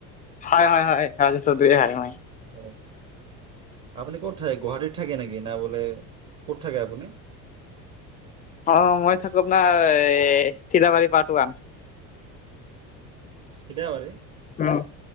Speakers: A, on the left; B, on the right.
A: হয় হয় হয় ৰাজ চধুৱে হয়।
B: অ আপুনি ক'ত থাকে? গুৱাহাটীত থাকে নেকি না বোলে, ক'ত থাকে আপুনি?
A: অ মই থাকো আপোনাৰ এ চিলাবাৰী পাৰ্ত ৱান।
B: চিলা বাৰি?
A: অহ।